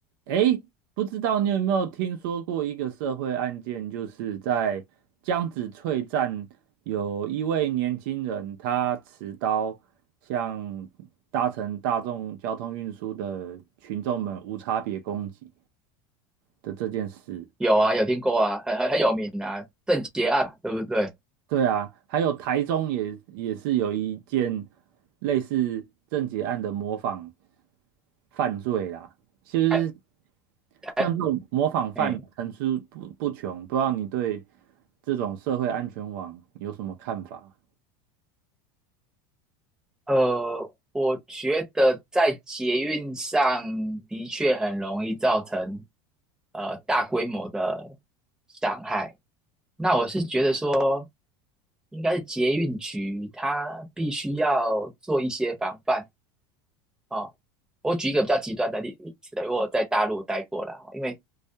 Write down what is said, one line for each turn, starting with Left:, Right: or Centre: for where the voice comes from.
Right: 诶，不知道你有没有听说过一个社会案件，就是在江子翠站有一位年轻人，他持刀向搭乘大众交通运输的群众们无差别攻击的这件事。
Centre: 有啊，有听过啊，很很很有名啊，郑捷案对不对？
Right: 对啊，还有台中也也是有一件类似郑捷案的模仿犯罪啦。其实
Centre: 台台
Right: 像这种模仿犯层出不不穷，
Centre: 哎，
Right: 不知道你对这种社会安全网有什么看法？
Centre: 呃，我觉得在捷运上的确很容易造成呃大规模的伤害。那我是觉得说，应该是捷运局它必须要做一些防范。哦，我举一个比较极端的例例子，我有在大陆待过啦，因为